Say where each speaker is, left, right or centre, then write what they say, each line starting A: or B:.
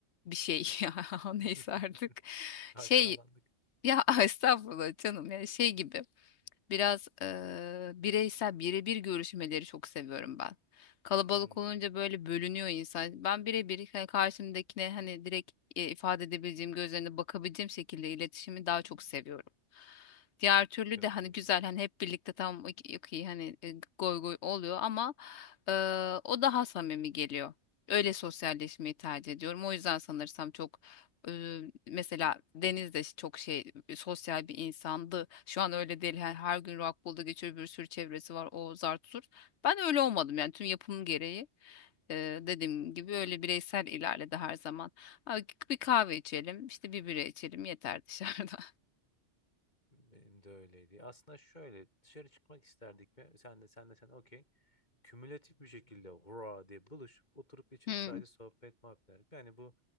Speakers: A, on the left; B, on the left.
A: bir şey <laughs> ya neyse
B: <laughs>
A: artık
B: Aşağılandık.
A: şey ya <laughs> estağfurullah canım yani şey gibi. Biraz eee bireysel birebir görüşmeleri çok seviyorum ben. Kalabalık
B: Hmm,
A: olunca böyle bölünüyor insan. Ben birebir hani karşımdakine hani direkt e, ifade edebileceğim, gözlerine bakabileceğim şekilde iletişimi daha çok seviyorum. Diğer türlü
B: katılıyorum.
A: de hani güzel hani hep birlikte tam iyi hani e, goy goy oluyor ama eee, o daha samimi geliyor. Öyle sosyalleşmeyi tercih ediyorum. O yüzden sanırsam çok e, mesela Deniz de çok şey e, sosyal bir insandı. Şu an öyle değil. Her, her gün Rockpool'da geçiyor bir sürü çevresi var. O zart zurt. Ben öyle olmadım yani tüm yapım gereği. E, dediğim gibi öyle bireysel ilerledi her zaman. Ha, Bir kahve içelim, işte bir bira içelim yeter dışarıda.
B: Benim de öyleydi. Aslında şöyle dışarı çıkmak isterdik ve sen de sen de sen okey. Kümülatif bir şekilde hurra diye buluşup oturup içip
A: <laughs>
B: sadece sohbet muhabbet ederdik. Yani bu